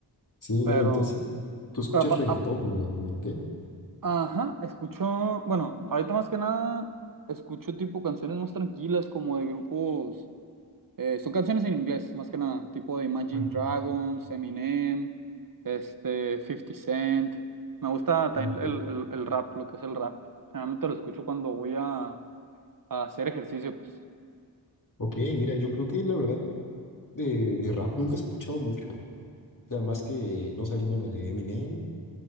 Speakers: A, on the left; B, on the right.
A: sí,
B: Pero,
A: ¿no? Entonces, tú escuchas
B: pero, pa-
A: reggaetón,
B: a-
A: obviamente.
B: ajá, escucho, bueno, ahorita más que nada escucho tipo canciones más tranquilas como de grupos. Eh, son canciones en inglés, más que nada, tipo de Imagine
A: Ah,
B: Dragons, Eminem, este, Fifty Cent. Me gusta también
A: Ok,
B: el, el- el rap, lo que es el rap. Generalmente lo escucho cuando voy a, a hacer ejercicio, pues.
A: ok, mira, yo creo que la verdad de, de rap nunca he escuchado mucho. sea, más que no saliéndome de Eminem,